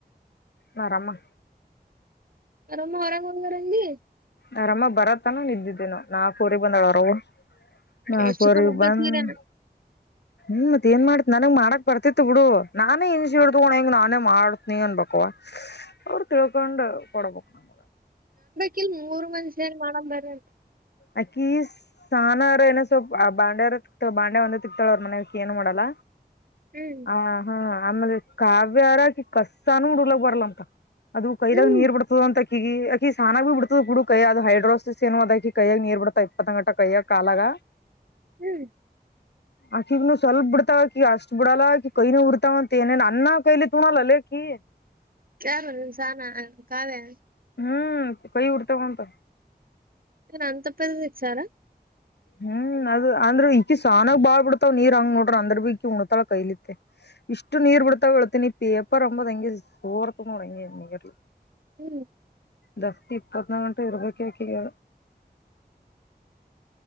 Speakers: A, on the left; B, on the right.
A: ಮರಾಮ
B: ಆರಾಮ ಆರಾಮ ಹರಗರಗೆ
A: ನರಮ್ಮ ಬರತ್ತಾನ ನಿದ್ದಿದ್ದೇನು ನಾ ಕೂರಿ ಬಂದಳ ಅರವ್ವ ನಾಕುವರೆಗ್
B: ಅಷ್ಟೊತ್ತ ಒಬ್ಬ
A: ಬಂದ
B: ಸೀರೆನ
A: ಹ್ಮ ತೆಮ್ ಮಾಡ್ತಿ ನನಗ್ ಮಾಡಕ್ ಬರ್ತಿತ್ತು ಬಿಡು ನಾನೇ ಇನ್ಷ ಹಡತಕೊಂಡ ಹೆಂಗ್ ನಾನೇ ಮಾಡತನಿ ಅನ್ಬೇಕವಾ ಅವ್ರು ತಿಳ್ಕೊಂಡ ಕೊಡಬೇಕಮ್ಮಗ
B: ಕಿಲ್ ಮೂರು ಮನುಷ್ಯಂಗ್ ಮಾಡಣ ಬರ್ರೀ
A: ಆಕಿ ಸಾನರ ಏನ ಸ್ವಲ್ಪ್ ಆ ಬಾಂಡ್ಯ ಬಾಂಡೆ ಒಂದ ತಿಕ್ತಾಳ ಅವ್ರ ಮನಕ್ ಏನು ಮಾಡಲ್ಲ
B: ಹ್ಮ್
A: ಹ ಹಾ ಆಮೇಲೆ ಕಾವ್ಯಾರಕಿ ಕಸ್ಸಾನೂಲಕ್ ಬರ್ಲಂತ ಅದು ಕೈದಾಗ
B: ಹ್ಮ್
A: ನೀರ್ ಬಿಡ್ತದ ಅಂತ ಈಗ ಆಕಿ ಸಾನಾಗ ಬಿಡ್ತದ ಬಿುಡು ಕೈಯ ಅದು ಹೈಡ್ರಾಕ್ಸಿಸ್ ಏನು ಅದಕಿ ಕೈಯಾಗ ನೀರ್ ಬಿಡ್ತ ಇಪ್ಪತ್ತ ಗಂಟ ಕೈಯ್ಯಾಗ ಕಾಲಾಗ
B: ಹ್ಮ್
A: ಆಕಿಗನು ಸ್ವಲ್ಪ ಬಿಡ್ತಾವಕಿ ಅಷ್ಟ ಬಿಡಲ್ಲ ಕೈನ ಉರ್ತಾವ ಅಂತ ಏನನ್ ಅನ್ನ ಕೈಲಿ ತೋಲ್ಲೇ ಕಿ
B: ಯಾರು ಸಾನ ಕಾವ್ಯ
A: ಹ್ಮ್ ಕೈ ಉಡ್ತ ಬಂತ
B: ನನ್ ತಪ್ಪೇಲ್ಲಿಸಾರ
A: ಹ್ಮ್ ಅದ ಅಂದ್ರೆ ಇಕಿ ಸಾನಾಗ ಬಾಳ್ ಬಿಡ್ತಾವ್ ನೀರ್ ಹಂಗ ನೋಡ್ರ ಅಂದ್ರ ಭೀ ಇಕಿ ಉಣತಾಳ ಕೈಲಿತ್ತ ಇಷ್ಟು ನೀರ್ ಬಿಡ್ತಾವ್ ಹೇಳ್ತಿನನಿ ಪೇಪರ್ ಅಂಬದ ಹಂಗಗೆ ಸೋರ್ತ ನೋಡ್ರಂಗಗೆ ನೀರ್
B: ಹ್ಮ್
A: ದಸ್ತಿ ಇಪ್ಪತ್ನಾಲ್ ಗಂಟೆ ಇರ್ವಕ್ಕೆ ವಕ್ಕಿಕಳ